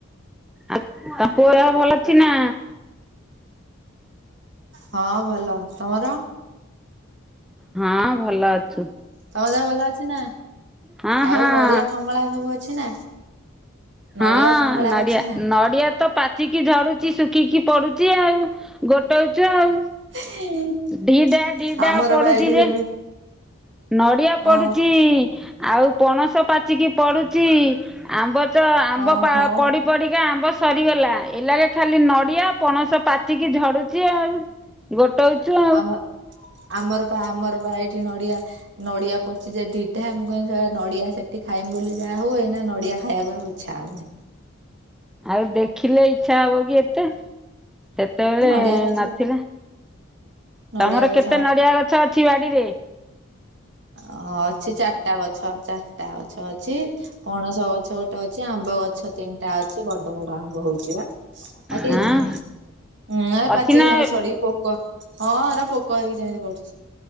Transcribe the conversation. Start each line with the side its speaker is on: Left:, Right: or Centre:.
Centre: ଆଉ ତା ପୁଅ ଦେହ ଭଲ ଅଛି ନା?
Right: ହଁ ଭଲ। ତମର?
Centre: ହଁ ଭଲ ଅଛୁ।
Right: ତମ ଦେ ଭଲ ଅଛି ନା?
Centre: ହଁ
Right: ଆଉ
Centre: ହଁ।
Right: ନଡିଆ କମଳା ସବୁ ଅଛି ନା? ନଡିଆ
Centre: ହଁ
Right: କମଳା
Centre: ନଡିଆ
Right: ଅଛି ନା?
Centre: ନଡିଆ ତ ପାଚିକି ଝରୁଛି ଶୁଖିକି ପଡୁଛି ଆଉ। ଗୋଟଉଛୁ ଆଉ।
Right: <unintelligible>
Centre: ଦିଟା ଦିଟା
Right: ଆମର
Centre: ପଡୁଛି
Right: ବା ଏଇଠି
Centre: ଯେ
Right: ସେମିତି
Centre: ନଡିଆ
Right: ହଁ
Centre: ପଡୁଛି ଆଉ ପଣସ ପାଚିକି ପଡୁଛି ଆମ୍ବ ତ ଆମ୍ବ
Right: ହଁ ହଁ
Centre: ପଡି ପଡିକା ଆମ୍ବ ସ ସରିଗଲା। ଏ ଲଗେ ଖାଲି ନଡିଆ ପଣସ ପାଚିକି ଝଡୁଛି ଆଉ। ଗୋ ରହୁଛୁ।
Right: <unintelligible> ଆମ ଆମର ପା ଆମର ପା ଏଇଠି ନଡିଆ ନଡିଆ ପଚି ଯାଇ ଢିଢା ମୁଁ କହି ସେ ନଡିଆ ସେଠି ଖାଇମି ବୋଲି ଯାହା ହୁଏ ନା ନଡିଆ ଖାଇବାକୁ ଛାଉନି।
Centre: ଆଉ ଦେଖିଲେ ଇଚ୍ଛା ହବ କି ଏତେ ସେତେବେଳେ
Right: ନଡିଆ ଗଛ
Centre: ନଥିଲା।
Right: ନଡିଆ
Centre: ତମର
Right: ଗଛ
Centre: କେତେ ନଡିଆ ଗଛ ଅଛି ବାଡିରେ?
Right: ଓ ଅଛି ଚାରିଟା ଗଛ ଚାରିଟା ଗଛ ଗଛ ଅଛି ପଣସ ଗଛ ଗୋଟେ ଅଛି ଆମ୍ବ ଗଛ ତିନିଟା ଅଛି ବଡ ବଡ ଆମ୍ବ ହଉଛି ବା। ଆ କେଜାଣି।
Centre: ହଁ
Right: ହୁଁ ପାଚିକି
Centre: ଅଛି ନା
Right: ସେମିତି ଛଡିକି ପୋକ ହଁ ଏରା ପୋକ ହେଇକି ସେମିତି ବଢୁଛି।